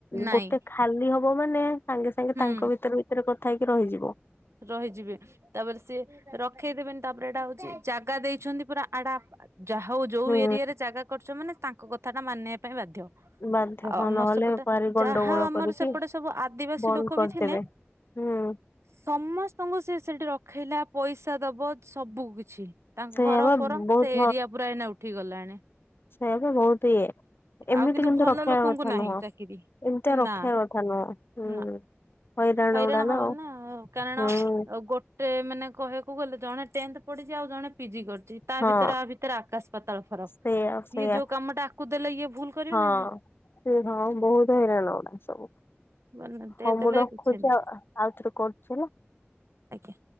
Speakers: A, on the right; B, on the left.
A: ନାଇଁ
B: ଗୋଟେ ଖାଲି ହବ ମାନେ ସାଙ୍ଗେ ସାଙ୍ଗେ
A: ହୁଁ
B: ତାଙ୍କ ଭିତରେ ଭିତରେ କଥା ହେଇକି ରହିଯିବ।
A: ରହିଯିବେ ତାପରେ ସିଏ ରଖେଇଦେବେନି ତାପରେ ଏଟା ହଉଛି ଜାଗା ଦେଇଛନ୍ତି ପୁରା ଆଡା ଯାହା ହଉ ଯୋଉ
B: ହୁଁ
A: ଏରିଆରେ ଜାଗା କରିଛ ମାନେ ତାଙ୍କ କଥା ଟା ମାନିବା ପାଇଁ ବାଧ୍ୟ।
B: ବାଧ୍ୟ
A: ଆଉ
B: ହଁ
A: ଆମର
B: ନହେଲେ
A: ସେପଟେ
B: ଭାରି ଗଣ୍ଡଗୋଳ
A: ଯାହା ଆମର
B: କରିକି
A: ସେପଟେ ସବୁ ଆଦିବାସୀ
B: ବନ୍ଦ
A: ଲୋକ
B: କରିଦେବେ
A: ବି ଥିଲେ
B: ହୁଁ।
A: ସମସ୍ତଙ୍କୁ ସେ ସେଠି ରଖେଇଲା ପଇସା ଦବ ସବୁ କିଛି ତାଙ୍କ
B: ସେଇଆ
A: ଘର
B: ବା
A: ଫର
B: ବହୁତ
A: ସେ ଏରିଆ ପୁରା ଏଇନା ଉଠି ଗଲାଣି।
B: ସେ ବି ବହୁତ୍ ଇଏ। ଏମିତି
A: ଆଉ
B: କିନ୍ତୁ
A: ଭଲ
B: ରଖିବା
A: ଲୋକଙ୍କୁ
B: କଥା
A: ନାହିଁ
B: ନୁହଁ
A: ଚାକିରି
B: ଏମିତିଆ
A: କି
B: ରଖିବା
A: ନା
B: କଥା ନୁହଁ ହୁଁ।
A: ନା
B: ହଇରାଣଗୁଡା
A: ହଇରାଣ ହବ
B: ନା ଆଉ।
A: କାରଣ
B: ହୁଁ।
A: ଗୋଟେ ମାନେ କହିବାକୁ ଗଲେ ଜଣେ ଟେନ୍ଥ ପଢିଛି ଆଉ ଜଣେ ପିଜି କରିଛି। ତା
B: ହଁ
A: ଭିତରେ ଆ ଭିତରେ ଆକାଶ ପାତାଳ ଫରକ
B: ସେଇଆ
A: ସିଏ
B: ସେଇଆ
A: ଯୋଉ କାମ ଟା ଆକୁ ଦେଲେ ଇଏ ଭୁଲ କରିବେ
B: ହଁ।
A: ନା ନାଇଁ।
B: ସେ ହଁ ବହୁତୁ ହଇରାଣଗୁଡା ସବୁ।
A: ନାଇଁ
B: ହଁ
A: ଦେଦେଲେ
B: ମୁଁ ରଖୁଛି
A: କିଛି ନାହିଁ
B: ଆଉ ଆଉଥରେ କଲ୍ କରିବା।
A: ଆଜ୍ଞା।